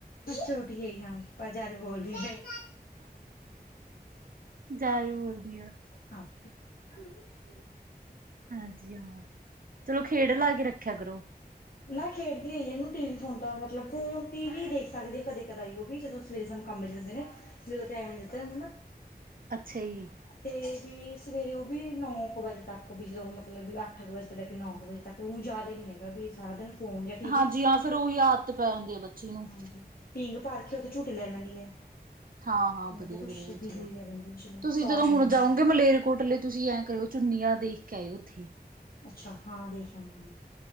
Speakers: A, on the left (about 60°); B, on the right (about 55°).
A: ਛੋਟੀ ਏ ਜੀ ਹਾਂ, ਪਰ ਜਿਆਦਾ ਬੋਲਦੀ ਏ।
B: ਜਾਦਾ ਬੋਲਦੀ ਆ।
A: ਹਾਂ ਪੁੱਤ। ਕੰਮ ਨੀ ਗਏ?
B: ਹਾਂਜੀ ਹਾਂ, ਚਲੋ ਖੇਡ ਲਾ ਕੇ ਰੱਖਿਆ ਕਰੋ।
A: ਨਾ ਖੇਡਦੀ ਆ ਇਹਨੂੰ ਟੀ ਵੀ ਫੋਨ ਤਾਂ ਮਤਲਬ ਫੋਨ ਟੀ ਵੀ ਦੇਖ ਸਕਦੇ ਕਦੇ ਕਦਾਈਂ ਉਹ ਵੀ ਜਦੋਂ ਸਵੇਰੇ ਸਾਨੂੰ ਕੰਮ ਜਾਦੇ ਹੁੰਦੇ ਨੇ ਉਦੋਂ ਟਾਈਮ ਨੀ ਦਿੱਤਾ ਜਾਂਦਾ ਨਾ
B: ਅੱਛਾ ਜੀ
A: ਤੇ ਵੀ ਸਵੇਰੇ ਉਹ ਵੀ ਨੌ ਕੁ ਵਜੇ ਤੱਕ ਵੀ ਜਦੋਂ ਮਤਲਬ ਵੀ ਅੱਠ ਕੁ ਵਜੇ ਤੋਂ ਲੈ ਕੇ ਨੌ ਕੁ ਵਜੇ ਤੱਕ ਊ ਜ਼ਿਆਦਾ ਹੀ ਨੀ ਹੈਗਾ ਵੀ ਸਾਰਾ ਦਿਨ ਫੋਨ ਜਾਂ ਟੀ ਵੀ
B: ਹਾਂਜੀ ਹਾਂ ਫੇਰ ਓਹੀ ਆਦਤ ਪੈ ਜਾਂਦੀ ਹੈ ਬੱਚੇ ਨੂੰ
A: ਹਾਂਜੀ ਪੀਂਗ ਭਰ ਕੇ ਉਹ ਤੇ ਝੂਟੇ ਲੈ ਲੈਂਦੀ ਹੈ
B: ਹਾਂ ਹਾਂ
A: ਇਹ
B: ਵਧੀਆ
A: ਜਾਂ ਕੁਛ
B: ਵਧੀਆ
A: ਬਿਜ਼ੀ
B: ਚਲੋ
A: ਜਾ ਰਹਿੰਦੀ ਚਲੋ
B: ਤੁਸੀਂ
A: ਸੌ
B: ਜਦੋਂ
A: ਜਾਂਦੇ
B: ਹੁਣ
A: ਨੇ
B: ਜਾਉਗੇ ਮਲੇਰ ਕੋਟਲੇ ਤੁਸੀਂ ਐਂ ਕਰਿਓ ਚੁੰਨੀਆਂ ਦੇਖ ਕੇ ਆਏ ਉੱਥੇ
A: ਅੱਛਾ ਹਾਂ ਦੇਖਿਆ ਅਵਾਗੀ